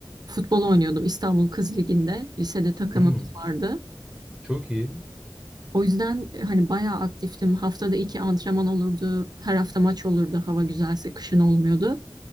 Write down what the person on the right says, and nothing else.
futbol oynuyordum İstanbul Kız Ligi'nde. Lisede takımımız
vardı.
O yüzden e, hani bayağı aktiftim. Haftada iki antrenman olurdu. Her hafta maç olurdu. Hava güzelse kışın olmuyordu.